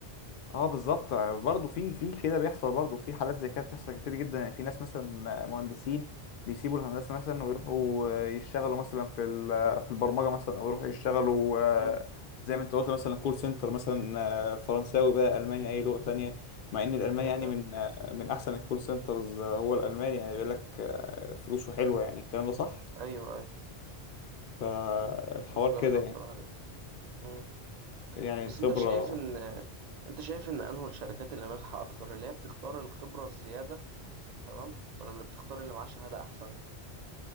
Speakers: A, on the left; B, on the right.
A: اه بالظبط برضه في في كده بيحصل برضه في حالات زي كده بتحصل كتير جدا يعني في ناس مثلا مهندسين بيسيبوا الهندسه مثلا ويروحوا يشتغلوا مثلا في ال- في البرمجه مثلا او يروحوا يشتغلوا آه،
B: مم.
A: زي ما انت قلت مثلا كول سنتر مثلا آه، فرنساوي بقى الماني اي لغه تانية مع ان الالماني
B: حقيقة
A: يعني
B: فعلا
A: من آه، من احسن الكول سنترز آه، هو الالماني يعني بيقول لك آه، فلوسه حلوه يعني الكلام ده صح
B: أيوه أيوه
A: فالحوار
B: فلوسه جميلة
A: كده يعني
B: بصراحة جدا مم.
A: يعني
B: بس
A: الخبره
B: انت شايف ان انت شايف ان انه الشركات اللي ناجحه اكتر اللي هي بتختار الخبره الزياده تمام ولا اللي بتختار اللي معاه شهاده احسن